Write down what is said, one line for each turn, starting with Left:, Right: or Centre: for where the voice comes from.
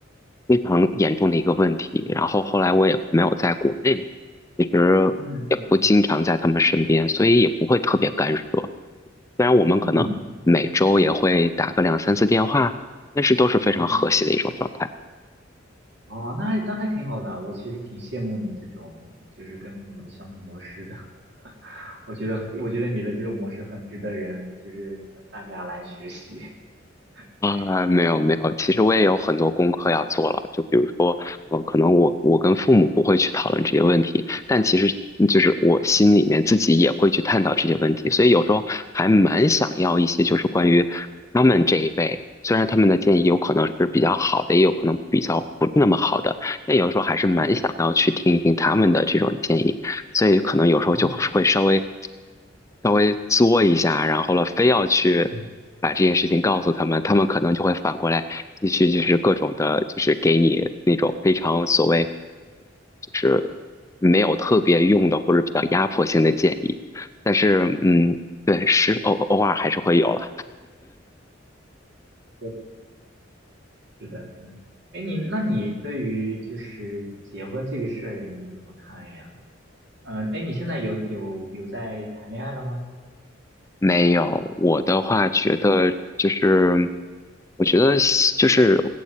Left: 非常严重的一个问题，然后后来我也没有在国内嘛，其实也不经常在他们身边，
Right: 嗯嗯
Left: 所以也不会特别干涉，虽然我们可能每周也会打个两三次电话，
Right: 嗯
Left: 但是都是非常和谐的一种状态。
Right: 嗯嗯，哦，那还那还挺好的啊我其实挺羡慕你这种就是跟父母的相处模式的。<laughs> 我觉得我觉得你的这种模式很值得人就是大家来学习。<laughs>
Left: 啊，
Right: 对，
Left: 没有没有，其实我也有很多功课要做了。
Right: 嗯
Left: 就比如说，呃，可能我我跟父母不会去讨论这些问题，但其实就是我心里面自己也会去探讨这些问题。所以有时候还蛮想要一些，就是关于他们这一辈，虽然他们的建议有可能是比较好的，也有可能比较不那么好的，但有时候还是蛮想要去听一听他们的这种建议。
Right: 嗯，
Left: 所以可能有时候就会稍微。
Right: 啊，
Left: 稍微作一下，然后了非要去把这件事情告诉他们，
Right: 嗯，
Left: 他们可能就会反过来继续就是各种的，就是给你那种非常所谓就是没有特别用的或者比较压迫性的建议。但是嗯，对，是偶偶尔还是会有了。
Right: 对是的。哎，你那你对于就是结婚这个事儿你怎么看呀？嗯，呃哎，你现在有有有在谈恋爱了吗？
Left: 没有，我的话觉得就是，我觉得就是